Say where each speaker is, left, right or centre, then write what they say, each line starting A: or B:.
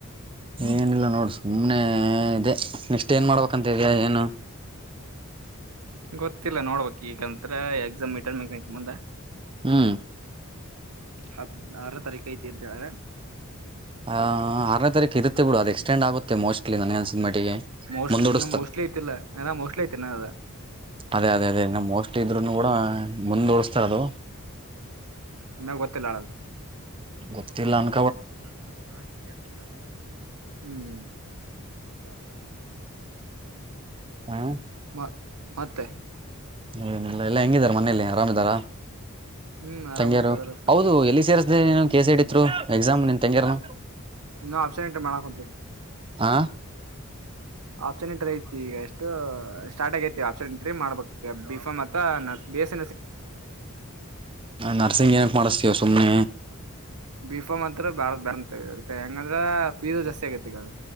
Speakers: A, on the right; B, on the right.
A: ಏನಿಲ್ಲ ನೋಡ್ರಿ ಸುಮ್ನೆ ಇದೆ ನೆಕ್ಸ್ಟ್ ಏನ್ ಮಾಡ್ಬೇಕಂತ ಇದ್ಯಾ ಏನು
B: ಹ ಗೊತ್ತಿಲ್ಲ ನೋಡ್ಬಕ್ ಈಗಂತ್ರ ಎಕ್ಸಾಮ್ ಇಟನ್ ಮಕ್ಕ್ ಮುಂದೆ
A: ಹ್ಮ್
B: ಹದ ಆರ ತಾರೀಕ ಐತಿರ್ಂತೇವ್ರ
A: ಆ ಆರನೇ
B: ಹ
A: ತಾರೀಕು ಇರುತ್ತೆ ಬಿಡು
B: ಆ ತಕ
A: ಅದು ಎಕ್ಸ್ಟೆಂಡ್
B: ಇರುತ್ತೆಸ್
A: ಆಗುತ್ತೆ
B: ಆಗೆ
A: ಮೋಸ್ಟ್ಲಿ ನನಗೆ ಅನ್ಸಿದ ಮಟ್ಟಿಗೆ
B: ಮಟ್
A: ಮುಂದೂಡಿಸ್ತಾರೆ
B: ಇನ್ನು ಮೋಸ್ಟ್ ಮಲಿ ಐತಿಲ್ಲ ಎಲ್ಲ ಮೋಸ್ಟ್ಲಿ ಐತೆ ನ ಅ
A: ಅದೇ ಅದೇ ಅದೇ ಇನ್ನು ಮೋಸ್ಟ್ ಇದ್ರುನು ಕೂಡ ಮುಂದ ಉಡಸ್ತಾರದು
B: ನನ್ನ ಗೊತ್ತಿಲ್ಲ ಅಳದು
A: ಗೊತ್ತಿಲ್ಲ ಅ
B: ಇ್ಮ ಚ
A: ಹಾ
B: ಮ ಮತ್ತೆ
A: ಹನಿಲ್ಲ ಎಲ್ಲ ಹೆಂಗಿದಿದ್ದಾರೆ ಮನೇೆಯಲ್ಲಿ ಆರಾಮ್ದಾರ
B: ಹ್ಮ್ ಆರಾಮಂತರ
A: ತಂಗಿಯರು
B: ಅದಾರಪ್ಪ
A: ಹೌದು ಎಲ್ಲಿ ಸೇರ್ದೇ ಕೇಸ ಹಡ್ರು ಎಕ್ಸಾಮ್ ನೀನು ತಂಗಿರನ
B: ನಾ ಅಪ್ಸಾನಂಟ ಮಾಡಕಂತ
A: ಹಾ
B: ಆಪ್ಸನ್ ಎಂಟ್ರಿ ಐತಿ ಈಗ ಎಷ್ಟು ಸ್ಟಾರ್ಟ್ ಆಗತಿ ಆಪ್ಷನ್ ಎಂಟ್ರಿ ಮಾಡ್ಬೇಕ ಬಫ ಮ ಬೇಸ
A: ನರ್ಸಿಂಗ್ ಏನಕ್ ಮಾಡಿಸ್ತೀವ ಸುಮ್ನೆ
B: ಈ ಬಾಳ ಬ ಅದ ಹೆಂಗಂದ್ರ ಫೀಸ್ ಜಾಸ್ತಿ ಆಗೈತಿ ಈಗ ಅದು